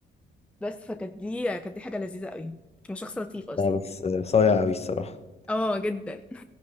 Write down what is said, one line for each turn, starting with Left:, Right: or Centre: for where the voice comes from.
Centre: بس فكانت دي كانت دي حاجه لذيذه قوي هو شخص لطيف اصلا
Left: لا بس آه، صايع قوي الصراحه
Centre: اه جدا